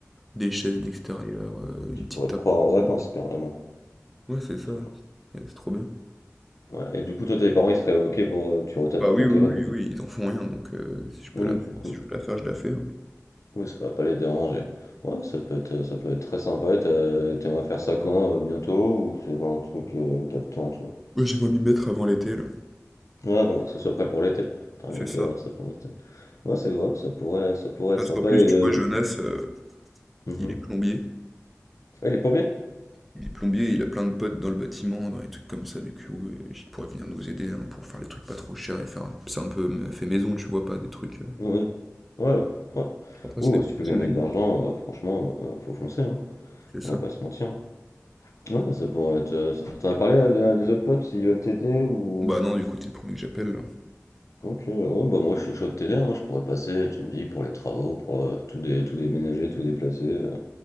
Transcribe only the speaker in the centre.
Des chaises d'extérieur, euh, une
petite
table
pour
couper.
Ouais, c'est ça.
Ouais,
C'est trop bien.
Bah
oui,
oui,
oui,
oui, ils en font rien, donc euh, si je
peux la faire,
si
je veux la faire, je la fais. hein.
Ouais, j'ai pas m'y mettre avant l'été, là.
C'est
ça.
Parce
qu'en plus,
tu
vois, Jonas, euh,
il est plombier.
Il est plombier, il a plein de potes dans le bâtiment, dans les trucs comme ça, du coup, euh, il pourrait venir nous aider hein, pour faire les trucs pas trop chers et faire un... C'est un peu m- fait maison, tu vois, pas des trucs... euh.
Après,
c'est des professionnels.
C'est ça.
Bah non, du coup, t'es le premier que j'appelle,